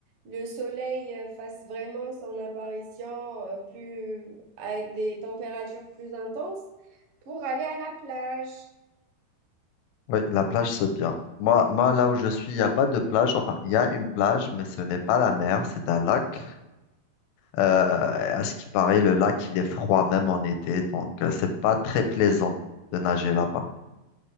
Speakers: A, on the right; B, on the left.
A: le soleil euh, fasse vraiment son apparition euh, plus, avec des températures plus intenses pour aller à la plage.
B: Oui, la plage, c'est bien. Moi, moi, là où je suis, il n'y a pas de plage. Enfin, il y a une plage, mais ce n'est pas la mer, c'est un lac. Euh, à ce qui paraît, le lac, il est froid même en été, donc euh, c'est pas très plaisant de nager là-bas.